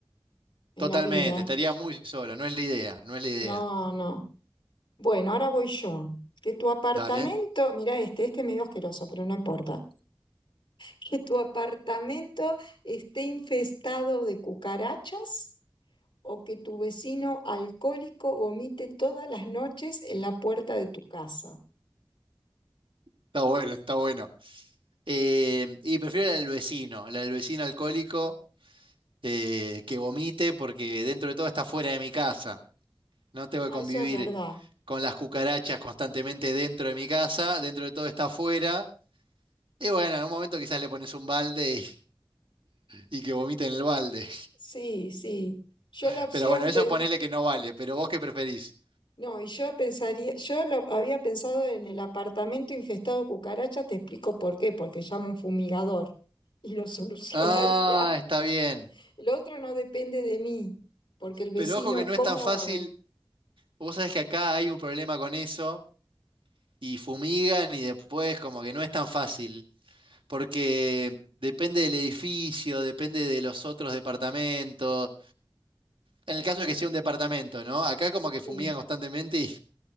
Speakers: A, on the left; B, on the right.
A: en
B: Totalmente,
A: la vida.
B: estaría muy solo, no es la idea, no es la idea.
A: No, no. Bueno, ahora voy yo. Que tu apartamento,
B: Dale,
A: mira este, este es medio asqueroso, pero no importa. que tu apartamento esté infestado de cucarachas o que tu vecino alcohólico vomite todas las noches en la puerta de tu casa.
B: está bueno, está bueno. Eh, y prefiero la del vecino, la del vecino alcohólico eh, que vomite porque dentro de todo está fuera de mi casa. No tengo que
A: Ah,
B: convivir
A: eso es verdad.
B: con las cucarachas constantemente dentro de mi casa, dentro de todo está fuera. Y bueno, en un momento quizás le pones un balde y, y que vomite en el balde.
A: Sí, sí. Yo
B: <laughs>
A: la opción,
B: Pero bueno, eso
A: pe-
B: ponele que no vale, pero vos qué preferís.
A: no, y yo pensaría, yo lo había pensado en el apartamento infestado de cucarachas, te explico por qué, porque llamo a un fumigador y lo <laughs> solucionaría.
B: Ah, está bien.
A: El otro no depende de mí, porque el vecino,
B: Pero ojo que no
A: ¿cómo
B: es tan fácil
A: hago?
B: Vos sabés que acá hay un problema con eso y fumigan y después como que no es tan fácil, porque depende del edificio, depende de los otros departamentos. En el caso de que sea un departamento, ¿no? Acá como
A: Sí,
B: que fumigan constantemente y,